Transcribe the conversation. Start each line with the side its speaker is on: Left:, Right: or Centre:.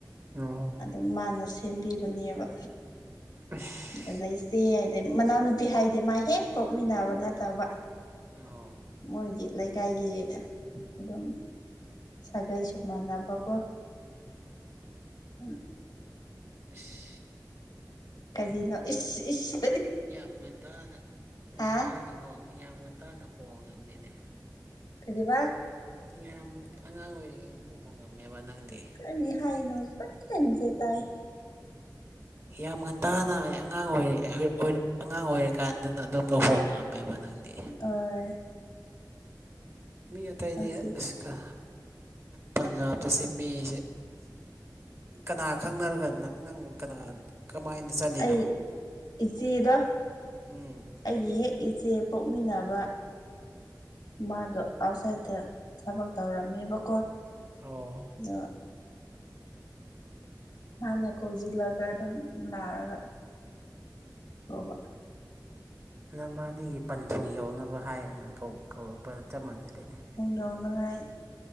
Right: ꯑꯣ
Left: ꯑꯗꯨ ꯃꯥꯅ ꯁꯦꯝꯕꯤꯕꯅꯦꯕ
Right: ꯑꯁ
Left: ꯑꯗ ꯂꯩꯁꯦ ꯑꯗ ꯃꯅꯥꯎꯅꯨꯄꯤ ꯍꯥꯏꯗꯤ ꯃꯥ ꯍꯦꯛ ꯄꯣꯛꯃꯤꯟꯅꯕ ꯅꯠꯇꯕ
Right: ꯑꯣ
Left: ꯃꯣꯏꯒꯤ ꯂꯩꯀꯥꯏꯒꯤ ꯑꯗꯨꯝ ꯁꯥꯒꯩ ꯁꯃꯥꯟꯅꯕꯀꯣ
Right: ꯎꯝ
Left: ꯎꯝ
Right: ꯏꯁ
Left: ꯀꯔꯤꯅ ꯏꯁ ꯏꯁ
Right: ꯌꯥꯝ ꯉꯟꯇꯥꯅ
Left: ꯍꯥ
Right: ꯉꯟꯇꯥꯅ ꯍꯣꯡ ꯌꯥꯝ ꯉꯟꯇꯥꯅ ꯍꯣꯡꯉꯝꯃꯤꯅꯦ
Left: ꯀꯔꯤꯕꯥ
Right: ꯃꯌꯥꯝ ꯑꯉꯥꯡ ꯑꯣꯏꯔꯤꯉꯩꯗ ꯂꯨꯍꯣꯡꯉꯝꯃꯦꯕ ꯅꯪꯗꯤ
Left: ꯀꯔꯤ ꯍꯥꯏꯅꯣꯁꯦ ꯃꯆꯦꯠ ꯃꯆꯦꯠ ꯇꯥꯏ
Right: ꯌꯥꯝ ꯉꯟꯇꯥꯅ ꯑꯩ ꯑꯉꯥꯡ ꯑꯣꯏꯔꯤꯛꯑꯦ ꯑꯉꯥꯡ ꯑꯣꯏꯔꯤꯀꯥꯟꯗꯅ ꯑꯗꯨꯝ ꯂꯨꯍꯣꯡꯉꯝꯃꯦꯕ ꯅꯪꯗꯤ
Left: ꯑꯣ
Right: ꯃꯤ ꯑꯇꯩꯗꯤ
Left: ꯍꯧꯖꯤꯛ
Right: ꯑ ꯄꯟꯖꯥꯕꯗꯁꯦ ꯃꯤꯁꯦ ꯀꯅꯥ ꯈꯪꯅꯔꯒ ꯅꯪ ꯅꯪ ꯀꯅꯥ ꯀꯃꯥꯏꯅ ꯆꯠꯂꯤꯅꯣ
Left: ꯑꯩ ꯏꯆꯦꯗꯣ
Right: ꯎꯝ
Left: ꯑꯩꯒꯤ ꯍꯦꯛ ꯏꯆꯦ ꯄꯣꯛꯃꯤꯟꯅꯕ ꯃꯥꯗꯣ ꯑꯥꯎꯠꯁꯥꯏꯗꯠꯇ ꯊꯕꯛ ꯇꯧꯔꯝꯃꯦꯕꯀꯣ ꯑꯗꯣ
Right: ꯑꯣ
Left: ꯃꯥꯥꯟꯅ ꯀꯧꯖꯤꯜꯂꯒ ꯑꯗꯨꯝ ꯂꯥꯛꯔꯒ ꯁꯨꯕ
Right: ꯅꯝꯕꯥꯅꯤꯒꯤ ꯄꯟꯊꯨꯡ ꯌꯧꯅꯕ ꯍꯥꯏ ꯀꯧ ꯀꯧꯔꯛꯄ ꯆꯞ ꯃꯥꯟꯅꯔꯦꯅꯦ
Left: ꯌꯥꯎꯅꯉꯥꯏ